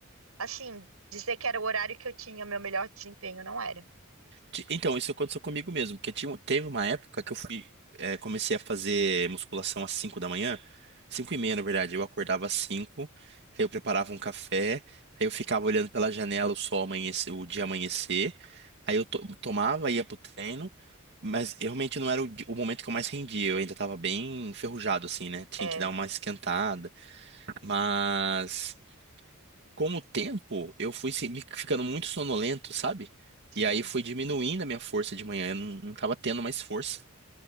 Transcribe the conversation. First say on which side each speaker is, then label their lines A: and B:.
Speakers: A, on the right; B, on the right.
A: assim, dizer que era o horário que eu tinha meu melhor desempenho não era.
B: Ti- Então, isso aconteceu comigo mesmo, porque tinha, um, teve uma época que eu fui, eh, comecei a fazer musculação às 5 da manhã, 5 e meia, na verdade. Eu acordava às 5, aí eu preparava um café, aí eu ficava olhando pela janela o sol amanhecer, o dia amanhecer, aí eu to- tomava, ia pro treino, mas eu realmente não era o, di- o momento que eu mais rendia, eu ainda tava bem enferrujado, assim, né? Tinha
A: É,
B: que dar uma esquentada, mas com o tempo, eu fui se- me- ficando muito sonolento, sabe?
A: sim,
B: E aí foi diminuindo a minha força de manhã, eu não, não tava tendo mais força.